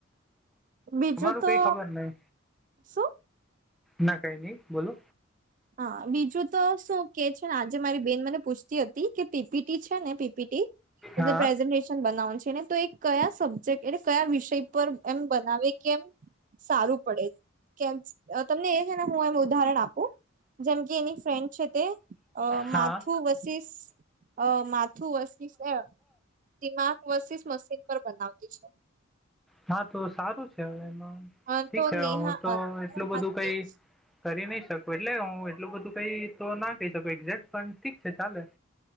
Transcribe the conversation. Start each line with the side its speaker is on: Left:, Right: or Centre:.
Right: બીજું
Centre: અમારું
Right: તો
Centre: કઈ ખબર નઈ
Right: શું
Centre: ના કઈ ની બોલો
Right: હા બીજું તો શું કે છે ને આજે મારી બેન મને પૂછતી હતી કે પીપીટી છે ને પીપીટી એટલે
Centre: હા
Right: પ્રેઝન્ટેશન બનાવવાનું છ એને તો એ કયા સબ્જેક્ટ એટલે કયા વિષય પર એમ બનાવે કે એમ સારું પડે કેમ તમને એ છે ને હું એમ ઉદાહરણ આપું જેમ કે એની ફ્રેન્ડ છે તે
Centre: હા
Right: માથુ વસીસ અ માથું વસ્તી એ દિમાગ વસીસ મશીન પર બનાવતી છે
Centre: હા તો સારું છે હવે એમાં
Right: હા
Centre: ઠીક
Right: તો
Centre: છે
Right: નેહા
Centre: હું તો એટલું બધું
Right: મારી
Centre: કઈ
Right: બેન
Centre: કરી નહી શકું એટલે હું એટલું બધું કઈ તો ના કહી શકું એક્ઝેક્ટ પણ ઠીક છે ચાલે.